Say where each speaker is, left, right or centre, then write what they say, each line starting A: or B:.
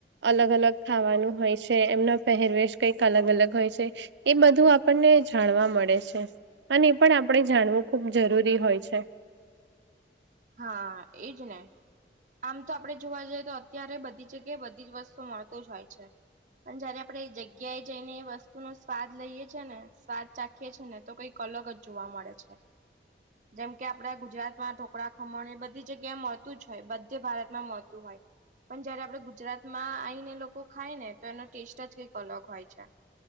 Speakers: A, on the right; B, on the right.
A: અલગ અલગ ખાવાનું હોય છે. એમના પહેરવેશ કંઈક અલગ અલગ હોય છે. એ બધું આપણને જાણવા મળે છે. અને એ પણ આપડે જાણવું ખૂબ જરૂરી હોય છે.
B: હા એજ ને આમ તો આપડે જોવા જઈએ તો અત્યારે બધી જગ્યાએ બધી જ વસ્તુ મળતું જ હોય છે. પણ જ્યારે આપડે એ જગ્યાએ જઈને એ વસ્તુ નો સ્વાદ લઈએ છે ને સ્વાદ ચાખીએ છી ને તો કઈક અલગ જ જોવા મળે છે જેમ કે આપડા ગુજરાતમાં તો કડા ખમણ એ બધી જગ્યાએ મળતું જ, હોય બધે ભારતમાં મળતું હોય. પણ જ્યારે આપડે ગુજરાતમાં આઈને એ લોકો ખાય ને તો એનો ટેસ્ટ જ કંઈક અલગ હોય છે.